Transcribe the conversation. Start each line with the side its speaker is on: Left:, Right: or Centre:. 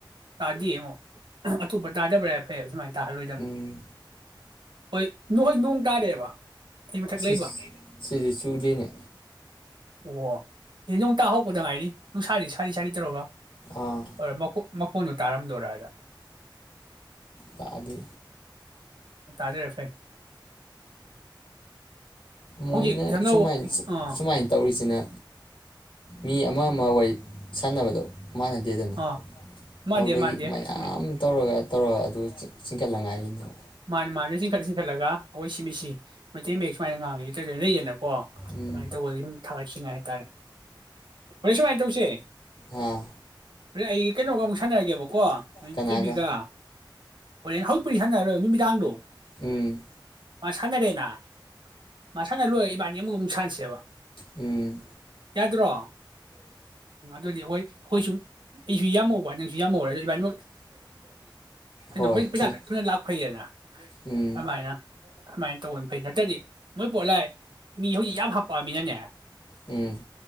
Right: ꯇꯥꯗꯤꯌꯦ ꯑꯇꯣꯞꯄ ꯇꯥꯗꯕꯅ ꯐꯩ ꯁꯨꯃꯥꯏꯅ ꯇꯥꯍꯟ ꯂꯣꯏꯗꯕꯅꯦ
Left: ꯎꯝ
Right: ꯍꯣꯏ ꯅꯣꯏ ꯅꯣꯡ ꯇꯥꯗꯦꯕ ꯑꯩ ꯃꯊꯛ
Left: ꯁꯤ
Right: ꯂꯩꯕ
Left: ꯁꯤꯗꯤ ꯆꯨꯗꯦꯅꯦ
Right: ꯑꯣ ꯅꯣꯡ ꯇꯥ ꯍꯧꯔꯛꯄꯗ ꯉꯥꯏꯔꯤ ꯅꯨꯡꯁꯤ ꯁꯥꯔꯤ ꯁꯥꯔꯤ ꯇꯧꯔꯒ
Left: ꯑꯥ
Right: ꯑꯔ ꯃꯀꯨ ꯣꯟꯗꯨ ꯇꯥꯔꯝ ꯗꯧꯔꯒ <inaudible>
Left: ꯇꯥꯗꯦ
Right: <inaudible> ꯇꯥꯗꯦ ꯐꯩ
Left: ꯃꯣꯏꯅ
Right: ꯍꯧꯖꯤꯛ ꯑꯅꯧ ꯑꯥ
Left: ꯁꯨꯃꯥꯏ ꯇꯧꯔꯤꯁꯤꯅ ꯃꯤ ꯑꯃ ꯑꯃ ꯋꯥꯔꯤ ꯁꯅꯕꯗꯣ ꯃꯅꯗꯦꯗꯅ
Right: ꯑꯥ ꯃꯥꯟꯗꯦ
Left: ꯑꯗꯨꯗꯒꯤ
Right: ꯃꯥꯟꯗꯦ
Left: ꯃꯌꯥꯝ
Right: ꯆꯨꯝꯃꯤ
Left: ꯇꯧꯔꯒ ꯇꯧꯔꯒ ꯑꯗꯨ ꯆꯤꯡꯈꯠ ꯂꯉꯥꯏꯒꯤꯅꯦꯕ
Right: ꯃꯅꯦ ꯃꯅꯦ ꯆꯤꯡꯈꯠ ꯆꯤꯡꯈꯠꯂꯒ ꯑꯑꯣꯏ ꯁꯤꯕꯤꯁꯦ ꯃꯩꯇꯩ ꯃꯌꯦꯛ ꯁꯨꯃꯥꯏ ꯉꯥꯡꯉꯤꯁꯦ ꯀꯩ ꯀꯩꯅꯣ ꯂꯩꯗꯅꯀꯣ ꯑꯣ
Left: ꯎꯝ
Right: ꯑꯗꯨꯃꯥꯏ ꯇꯧꯕꯒꯤ ꯁꯨ ꯊꯕ ꯁꯤꯉꯥꯏ ꯍꯥꯏ ꯇꯔꯦ <inaudible> ꯁꯨꯃꯥꯏ ꯇꯧꯁꯦ
Left: ꯑ
Right: ꯍꯧꯔꯦꯟ ꯑꯩ ꯀꯩꯅꯣꯒ ꯑꯃꯨꯛ ꯁꯅꯔꯒꯦꯕ ꯀꯣ
Left: ꯀꯅꯥꯒ
Right: ꯊꯣꯏꯕꯤꯒ ꯍꯧꯔꯦꯟ <inaudible> ꯁꯅꯔꯔꯣꯏꯕ ꯅꯨꯃꯤ ꯗꯥꯡꯗꯣ
Left: ꯑꯝ
Right: ꯃꯥ ꯁꯥꯅꯔꯦꯅ ꯃꯥ ꯁꯥꯅ ꯂꯣꯏꯔꯒ ꯏꯕ ꯅꯤ ꯑꯃꯨꯛ ꯁꯥꯅꯁꯦꯕ
Left: ꯑꯝ
Right: ꯌꯥꯗ꯭ꯔꯣ ꯑꯗꯨꯗꯤ ꯑꯣ ꯍꯣꯏꯁꯨꯝ ꯑꯩꯁꯨ ꯌꯥꯝꯃꯧꯕ ꯅꯪꯁꯨ ꯌꯥꯝꯃꯧꯔꯦ ꯑꯗꯨ ꯏꯕꯤꯅꯤꯃꯛ <unintelligible>
Left: ꯍꯣꯏ ꯃꯤ
Right: <unintelligible> ꯊꯨꯅ ꯂꯥꯛ ꯐꯩꯑꯅ
Left: ꯎꯝ
Right: ꯑꯃꯥꯏꯅ ꯑꯃꯥꯏ ꯇꯧꯔꯗꯤ ꯐꯩ ꯅꯠꯇꯗꯤ ꯃꯣꯏ ꯄꯣꯠꯂꯥꯏ ꯃꯤ ꯍꯧꯖꯤꯛ ꯌꯥꯝ ꯍꯥꯞ ꯄꯥꯝꯃꯤꯔꯅꯦ
Left: ꯎꯝ